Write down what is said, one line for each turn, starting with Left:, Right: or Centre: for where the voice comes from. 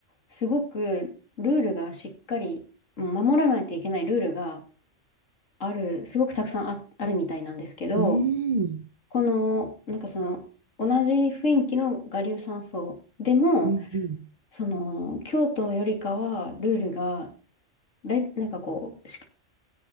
Left: すごくルールがしっかり、うん守らないといけないルールがある、すごくたくさんあ、あるみたいなんですけど、
Right: うん。
Left: この、なんかその、同じ雰囲気の我流山荘でも、
Right: うんうん。
Left: その、京都よりかは、ルールが、だい、なんかこう、し